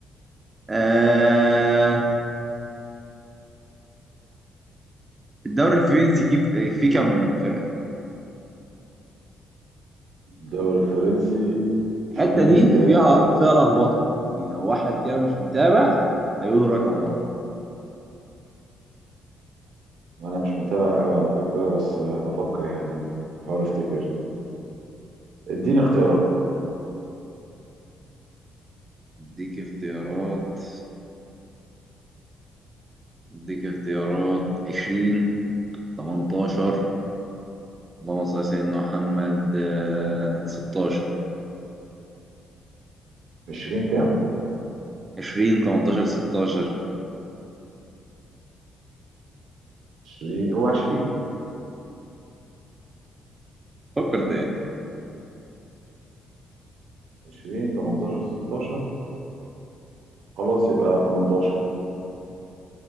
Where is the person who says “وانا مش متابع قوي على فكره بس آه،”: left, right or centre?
Right